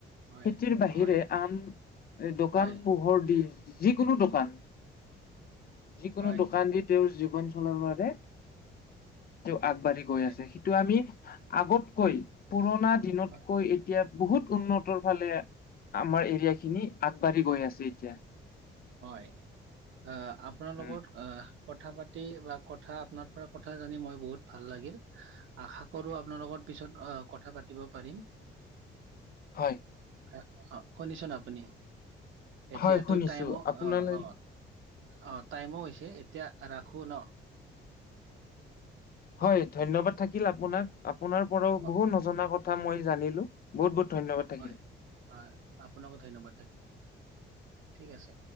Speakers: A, on the right; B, on the left.
A: হয়
B: খেতিৰ বাহিৰে
A: হয়
B: আন দোকান
A: হয়
B: পোহৰ দিন যিকোনো দোকান যিকোনো
A: হয়
B: দোকান দি তেওঁৰ জীৱন চলাৰ বাদে তেওঁ আগবাঢ়ি গৈ
A: হয়
B: আছেহি ত আমি আগতকৈ পুৰণা দিনৰ
A: হয়
B: কৈ এতিয়া বহুত উন্নতৰ ফালে আমাৰ এৰিয়া খিনি আগবাঢ়ি গৈ আছে এতিয়া
A: হয় আ আপোনাৰ লগত
B: উম,
A: আহ কথা পাতি বা কথা আপনাৰ পৰা কথা জানি মই বহুত ভাল লাগিল আশা কৰো আপোনালোকৰ পিছত আহ কথা পাতিব পাৰিম
B: হয়।
A: অ অ শুনিছ-ন আপুনি এতিয়াতো
B: হয় শুনিছো
A: টাইমো
B: আপোনালৈ
A: অ অ অ, টাইমো হৈছে এতিয়া ৰাখো ন।
B: হয়, ধন্যবাদ থাকিল, আপোনাক, আপোনাৰ পৰাও
A: অ
B: বহু নজনা কথা মই জানিলো। বহুত, বহুত, ধন্যবাদ থাকিল।
A: হয় হয়, আপোনাকো ধন্যবাদ থাকিল ঠিক আছে।